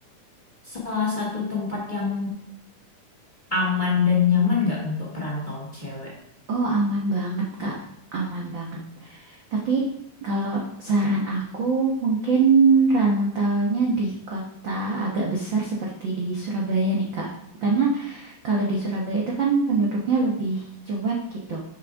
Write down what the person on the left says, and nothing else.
salah satu tempat yang aman dan nyaman nggak untuk perantau cewek?